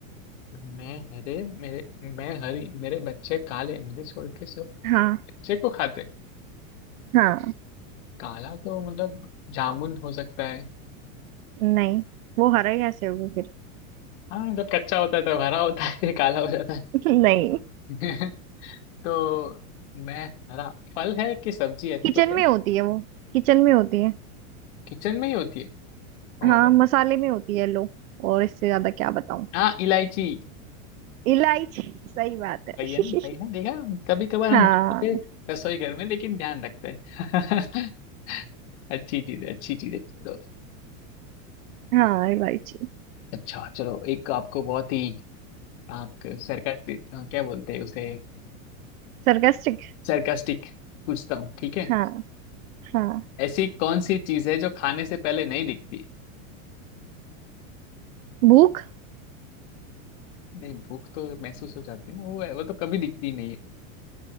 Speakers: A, on the left (about 55°); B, on the right (about 75°).
A: मैं हरे मेरे मैं हरी मेरे बच्चे काले मुझे छोड़ के सब
B: हाँ
A: बच्चे को खाते हैं।
B: हाँ
A: काला तो मतलब जामुन हो सकता है
B: नहीं वो हरा कैसे होगी फिर
A: हाँ जब कच्चा होता है तो हरा होता है <laughs> काला हो जाता
B: <laughs> नहीं
A: है <laughs> तो मैं हरा फल है कि सब्जी ऐसा
B: किचन
A: कुछ है
B: में होती है वो किचन में होती है
A: किचन में ही होती है
B: हाँ
A: और
B: मसाले में होती है लो और इससे ज्यादा क्या बताऊं
A: हाँ इलायची
B: इलायची सही बात है
A: सही
B: <laughs>
A: है ना सही ना देखा कभी कभार
B: हाँ
A: हम जाते हैं रसोई घर में लेकिन ध्यान रखते हैं <laughs> अच्छी चीज है अच्छी चीज है चलो
B: हाँ इलायची
A: अच्छा चलो एक आपको बहुत ही आपके सरकास्टिक क्या बोलते हैं उसे
B: सरकास्टिक
A: सरकास्टिक पूछता हूँ ठीक है
B: हाँ हाँ
A: ऐसी कौन सी चीज है जो खाने से पहले नहीं दिखती
B: भूख
A: नहीं भूख तो महसूस हो जाती है वो वो तो कभी दिखती ही नहीं है